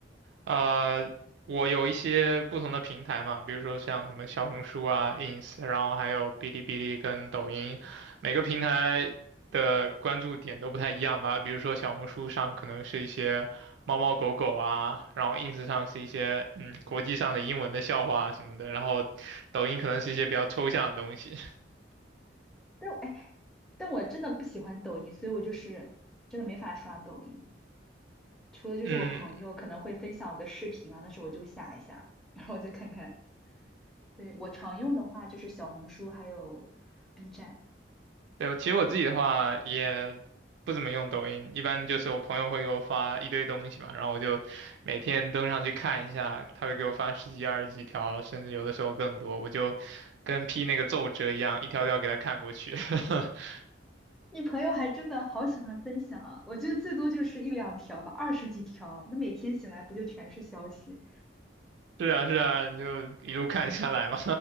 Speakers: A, on the right; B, in the centre.
A: 呃，我有一些不同的平台嘛，比如说像什么小红书啊、ins，然后还有哔哩哔哩跟抖音，每个平台的关注点都不太一样吧。比如说小红书上可能是一些猫猫狗狗啊，然后 ins 上是一些嗯国际上的英文的笑话啊什么的，然后抖音可能是一些比较抽象的东西。<laughs>
B: 但我哎，但我真的不喜欢抖音，所以我就是真的没法刷抖音。除了就是我朋友可能会分享个视频啊，
A: 嗯，
B: 那时候我就下一下，然后我再看看。对，我常用的话就是小红书还有 B 站。
A: 对，其实我自己的话也不怎么用抖音，一般就是我朋友会给我发一堆东西嘛，然后我就每天登上去看一下，他会给我发十几、二十几条，甚至有的时候更多，我就跟批那个奏折一样，一条条给他看过去。<laughs>
B: 你朋友还真的好喜欢分享啊，我觉得最多就是一两条吧，二十几条，那每天醒来不就全是消息？
A: 是啊，是啊，你就一路看下来嘛。